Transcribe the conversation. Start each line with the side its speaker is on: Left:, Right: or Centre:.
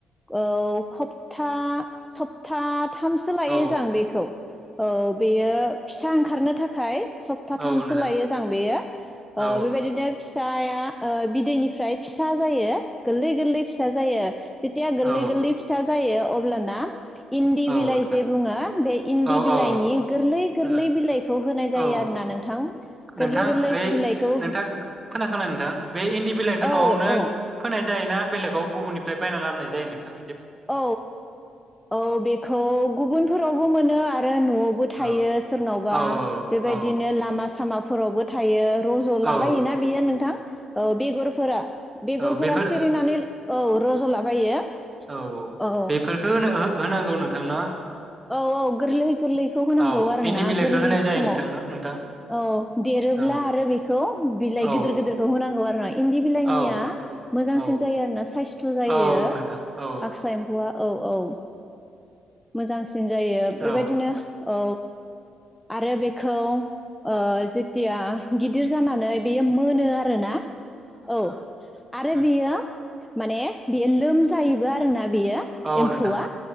Centre: औ हप्ता सप्था थाम सो लायो
Right: औ
Centre: जां बेखौ औ बेयो फिसा ओंखारनो थाखाय सप्ताथामसो
Right: औ नोंथां
Centre: लायो जां बेयो।
Right: औ
Centre: ओ बेबायदिनो फिसाया ओ बिदैनिफ्राय फिसा जायो गोरलै गोरलै फिसा जायो जेथिया गोरलै
Right: औ
Centre: गोरलै फिसा जायो अब्लाना इन्दि
Right: औ
Centre: बिलाइ
Right: नोंथां
Centre: जे बुङो बे इन्दि
Right: औ
Centre: बिलाइनि
Right: औ
Centre: गोरलै गोरलै
Right: ओ
Centre: बिलाइखौ होनाय जायो
Right: औ
Centre: आरोना नोंथां।
Right: नोंथां
Centre: गोरलै गोरलै
Right: ओइ
Centre: बिलाइखौ
Right: नोंथां खोना संनाय नोंथां। बे इन्दि बिलाइखौ
Centre: औ
Right: न'आवनो
Centre: औ
Right: फोनाय जायोना बेलेगाव गुबुननिफ्राय बायना लाबोनाय जायो नोंथांनि
Centre: औ औ बेखौ गुबुनफोरावबो मोनो आरो न'आवबो थायो
Right: औ
Centre: सोरनावबा
Right: औ
Centre: बेबायदिनो
Right: औ
Centre: लामा सामा फोरावबो थायो। रज'लाबायोना
Right: औ
Centre: बियो नोंथां औ बेगरफोरा बेगरफोरा
Right: औ बेफोर
Centre: सिरिनानै औ रज'लाबायो।
Right: <unintelligible>
Centre: औ
Right: बेफोरफोरखौ होनां होनांगौ नोंथांना?
Centre: औ औ गोरलै गोरलैखौ होनांगौ
Right: औ
Centre: आरो
Right: इन्दि
Centre: ना
Right: बिलाइखौ
Centre: गोरलै
Right: होनाय जायो
Centre: समाव
Right: नोंथांनो नोंथां
Centre: औ देरोब्ला
Right: औ
Centre: आरो बे <unintelligible> बिलाइ
Right: औ
Centre: गिदिर गिदिरखौ होनांगौ आरोना इन्दि बिलाइनिया
Right: औ
Centre: मोजांसिन
Right: औ
Centre: जायो आरोना। <unintelligible> <unintelligible> जायो
Right: औ नोंथां औ
Centre: आखसा एम्फौआ। औ औ। मोजां सिन
Right: औ
Centre: बेबायदिनो औ आरो बे खौ ओ जेथिया गिदिर जानानै बेयो मोनो आरो ना औ आरो
Right: उम
Centre: बेयो माने बियो लोमजायोबो आरोना बेयो
Right: औ
Centre: एमफौआ,
Right: नोंथां औ